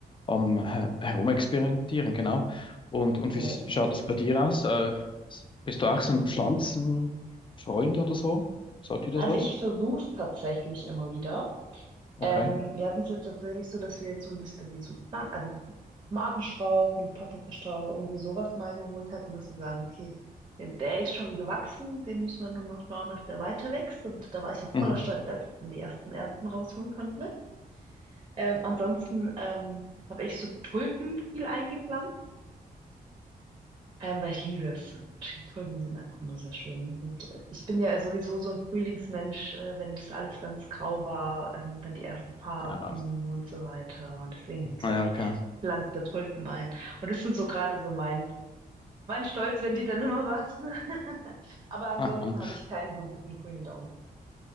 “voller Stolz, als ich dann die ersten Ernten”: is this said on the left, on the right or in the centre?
Right